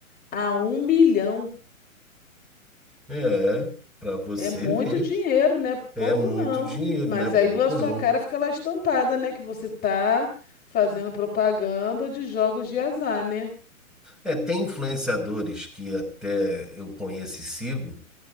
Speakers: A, on the left (about 20°); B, in the centre.
A: a um milhão.
B: É, pra você
A: É muito
B: ver.
A: dinheiro, né? Pouco
B: É muito
A: não.
B: dinheiro,
A: Mas
B: não é pouco
A: aí a sua
B: não.
A: cara fica lá estampada, né? Que você tá fazendo propaganda de jogos de azar, né?
B: É, tem influenciadores que até eu conheço e sigo